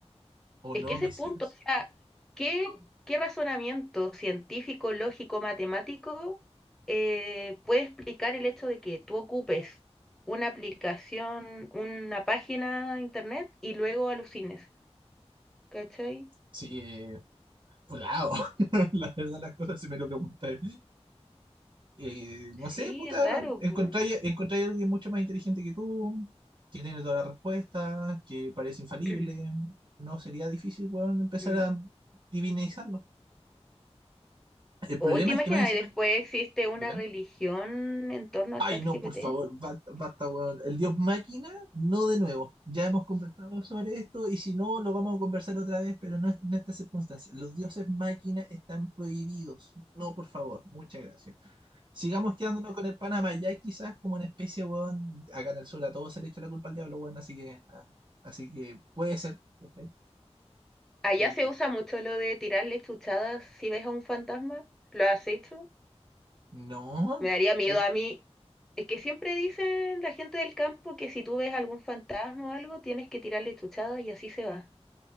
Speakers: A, on the right (about 45°); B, in the centre.
A: ¿O
B: Es
A: no,
B: que ese
A: Mesías?
B: punto, o sea, ¿qué, qué razonamiento científico, lógico, matemático eh, puede explicar el hecho de que tú ocupes una aplicación, una página de internet y luego alucines? ¿Cachai?
A: Sí, eh, volado. <laughs> La verdad, las cosas, si me lo preguntáis. eh, no
B: Sí,
A: sé, puta,
B: es raro.
A: encontráis
B: po.
A: encontráis a alguien mucho más inteligente que tú, que tiene todas las respuestas, que parece infalible.
B: <clears throat>
A: No sería difícil, weón, empezar
B: Mm.
A: a divinizarlo. El
B: ¿O
A: problema
B: te imaginas?
A: es que más encima.
B: Y después existe una
A: Diga.
B: religión en torno a
A: Ay,
B: ChatGPT.
A: no, por favor, ba- basta, weón. El dios máquina, no de nuevo. Ya hemos conversado sobre esto y si no, lo vamos a conversar otra vez, pero no es- en estas circunstancias. Los dioses máquina están prohibidos. No, por favor, muchas gracias. Sigamos quedándonos con el Panamá, ya quizás como una especie, weón, acá en el sur a todo se le echa la culpa al diablo, weón, así que, ah, así que puede ser. ¿cachai?
B: Allá
A: Eh,
B: se usa mucho lo de tirarle chuchadas si ves a un fantasma. ¿Lo has hecho?
A: no,
B: Me daría miedo
A: we-
B: a mí. Es que siempre dicen la gente del campo que si tú ves algún fantasma o algo, tienes que tirarle chuchada y así se va.